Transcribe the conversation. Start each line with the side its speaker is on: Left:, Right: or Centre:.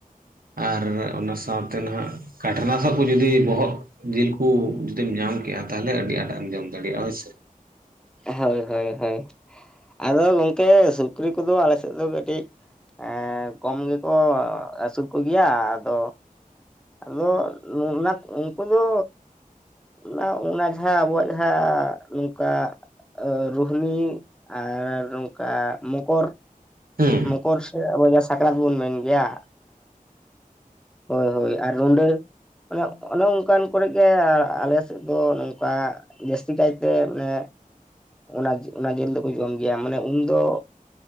Right: ᱟᱨ ᱚᱱᱟ ᱥᱟᱶᱛᱮ ᱱᱟᱦᱟᱜ ᱠᱟᱴᱨᱟ ᱥᱟᱜᱠᱚ ᱡᱩᱫᱤ ᱵᱚᱦᱚᱜ ᱡᱤᱞ ᱠᱩ ᱡᱩᱫᱤᱢ ᱧᱟᱢ ᱠᱮᱜ-ᱟ ᱛᱟᱦᱞᱮ ᱟᱹᱰᱤ ᱟᱸᱴ-ᱟᱜ ᱮᱢ ᱡᱚᱢ ᱫᱟᱲᱮᱭᱟᱜᱼᱟ ᱦᱳᱭᱥᱮ
Centre: ᱦᱳᱭ ᱦᱳᱭ ᱦᱳᱭ ᱟᱫᱚ ᱜᱚᱢᱠᱮ ᱥᱩᱠᱨᱤ ᱠᱚᱫᱚ ᱟᱞᱮ ᱥᱮᱫ ᱫᱚ ᱠᱟᱹᱴᱤᱡ ᱮᱸ ᱠᱚᱢ ᱜᱮᱠᱚ ᱟᱹᱥᱩᱞ ᱠᱚᱜᱮᱭᱟ ᱟᱫᱚ ᱟᱫᱚ ᱱᱚ-ᱚᱱᱟ ᱩᱱᱠᱩ ᱫᱚ ᱚᱱᱟ ᱚᱱᱟ ᱡᱟᱦᱟᱸ ᱟᱵᱚᱣᱟᱜ ᱡᱟᱦᱟᱸ ᱱᱚᱝᱠᱟ ᱨᱩᱦᱱᱤ ᱟᱨ ᱱᱚᱝᱠᱟ ᱢᱚᱠᱚᱨ
Right: ᱦᱩᱸ
Centre: ᱢᱚᱠᱚᱨ ᱥᱮ ᱟᱵᱚ ᱡᱟᱦᱟᱸ ᱥᱟᱠᱨᱟᱛ ᱵᱚᱱ ᱢᱮᱱ ᱜᱮᱭᱟ ᱦᱳᱭ ᱦᱳᱭ ᱟᱨ ᱨᱩᱸᱰᱟᱹ᱾ ᱚᱱᱮ ᱚᱱᱮ ᱚᱝᱠᱟᱱ ᱠᱚᱨᱮ ᱜᱮ ᱟᱞᱮ ᱥᱮᱫ ᱫᱚ ᱱᱚᱝᱠᱟ ᱡᱟᱹᱥᱛᱤ ᱠᱟᱭᱛᱮ ᱢᱟᱱᱮ ᱚᱱᱟ, ᱚᱱᱟ ᱡᱤᱞ ᱫᱚᱠᱚ ᱡᱚᱢ ᱜᱮᱭᱟ ᱢᱟᱱᱮ ᱩᱱ ᱫᱚ